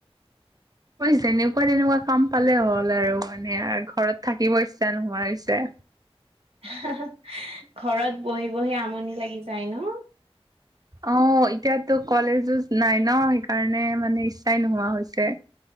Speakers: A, on the right; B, on the right.
A: যেনেকুৱা তেনেকুৱা কাম পালে হ'ল আৰু মানে ঘৰত থাকিব ইচ্ছা নোহোৱা হৈছে।
B: ঘৰত বহি বহি আমনি লাগি যায় ন।
A: অ', এতিয়াটো কলেজো নাই ন সেইকাৰণে মানে ইচ্ছাই নোহোৱা হৈছে।